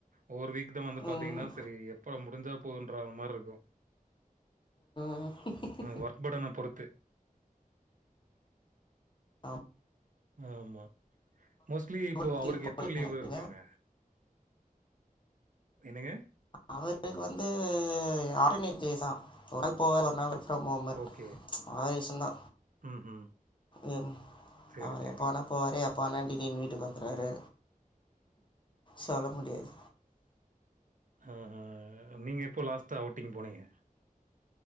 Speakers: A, on the right; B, on the left.
A: ஒவ்வொரு வீக் இத வந்து பாத்தீங்கன்னா
B: ம்,
A: செரி எப்பா முடிஞ்சா போதுன்றா மார்ருக்கு
B: ம்
A: நம்ம ஒர்க் பேர்டன பொறுத்து
B: ஆம்
A: ஆமா மோஸ்ட்லி இப்போ
B: அம்மாக்கு
A: அவருக்கு
B: போவீங்களா
A: எப் இப்ப லீவு
B: நீங்க?
A: இருக்குங்க என்னங்க
B: அவருக்கு வந்து ஆர்டினரி கேசா தொடப்போ வேலனாலு ஆமாஆமா
A: ஓகே.
B: அவர் இஷ்டதா
A: ம்ஹ்ம்.
B: ம்
A: சரி,
B: அவர்
A: சரி.
B: எப்பவேணா போறே பொன்னாட்டிக்குன்னு வீட்டுக்கு வந்துருவாரு சொல்ல முடியாது
A: ம் ஹு ம் நீங்க எப்போ லாஸ்ட்டா அவுட்டிங் போனீங்க